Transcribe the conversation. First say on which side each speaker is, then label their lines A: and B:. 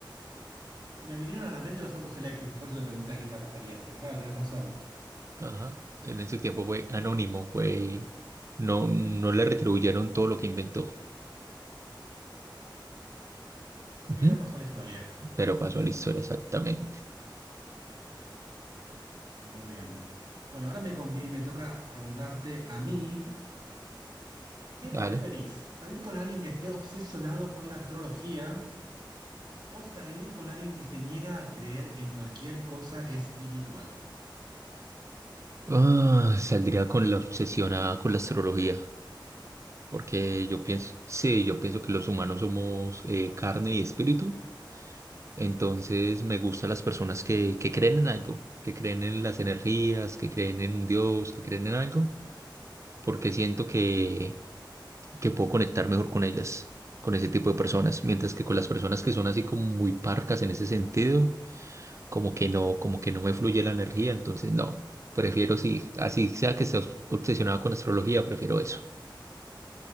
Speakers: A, on the right; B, on the right.
A: Se me vinieron a la mente los autos eléctricos, por eso te pregunté a quién te referías. Te- Claro, tenés razón,
B: ajá, él en su tiempo fue anónimo, fue, no, no le retribuyeron todo lo que inventó, Ujú,
A: pero pasó a la historia.
B: pero pasó a la historia exactamente.
A: Muy bien. Bueno, ahora me conviene, me toca preguntarte a mí, ¿qué preferís?
B: Dale.
A: ¿Salir con alguien que esté obsesionado con la astrología o salir con alguien que se niega a creer en cualquier cosa espiritual?
B: Ah, saldría con la obsesionada con la astrología, porque yo
A: ¿Por qué?
B: pienso, sí, yo pienso que los humanos somos eh, carne y espíritu, entonces me gustan las personas que, que creen en algo, que creen en las energías, que creen en un Dios, que creen en algo, porque siento que, que puedo conectar mejor con ellas, con ese tipo de personas, mientras que con las personas que son así como muy parcas en ese sentido. como que no, como que no me fluye la energía, entonces no, prefiero si, así sea que estés obsesionado con astrología, prefiero eso.